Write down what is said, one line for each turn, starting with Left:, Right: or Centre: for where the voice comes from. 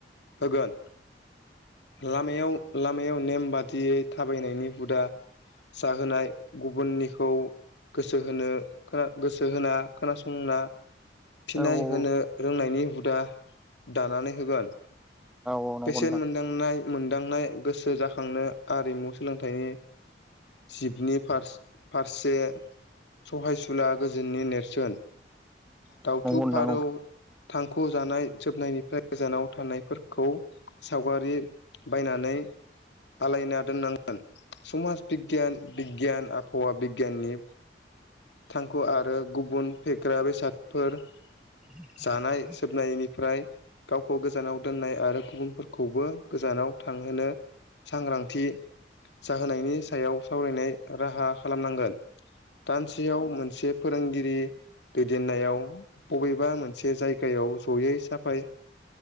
Left: होगोन लामायाव लामायाव नेम बादियै थाबायनायनि हुदा जाहोनाय गुबुननिखौ गोसो होनो गोसो होना खोनासंना फिनाय
Centre: औ
Left: होनो रोंनायनि हुदा दानानै होगोन
Centre: औ नंगौ
Left: पेसेन्ट मोनदांनाय मोन दांनाय गोसो जाखांनो आरिमु सोलोंथाइनि जिबनि फारसे सहायसुला गोजोननि नेरसोन दाउथु
Centre: नोंथां
Left: फारौ थांखु जानाय जोबनायनिफ्राय गोजानाव थानायफोरखौ सावगारि बायनानै आलायना दोननांगोन समाज बिगियान बिगियान आबहावा बि बिगियाननि थांखु आरो गुबुन फेग्रा बेसादफोर
Centre: बि
Left: जानाय सोबनायनिफ्राय गावखौ गोजानाव दोननाय आरो गुबुनफोरखौबो गोजानाव थांहोनो सांग्रांथि जाहोनायनि सायाव सावरायनाय राहा खालामनांगोन दानसेयाव मोनसे फोरोंगिरि दैदेननायाव बबेबा मोनसे जायगायाव जयै साफाय